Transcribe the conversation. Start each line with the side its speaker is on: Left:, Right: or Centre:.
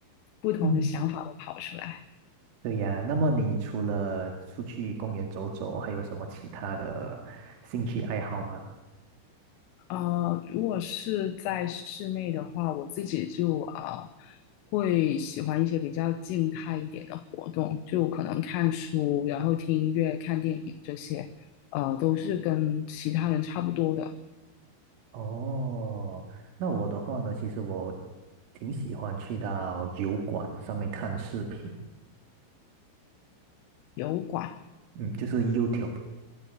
Left: 不同的想法都跑出来。
Right: 嗯。对呀，那么你除了出去公园走走，还有什么其他的兴趣爱好吗？
Left: 呃，如果是在室内的话，我自己就啊、呃会喜欢一些比较静态一点的活动，就可能看书，然后听音乐、看电影这些，呃，都是跟其他人差不多的。
Right: 哦，那我的话呢，其实我挺喜欢去到油管上面看视频，
Left: 油管
Right: 嗯，就是 YouTube，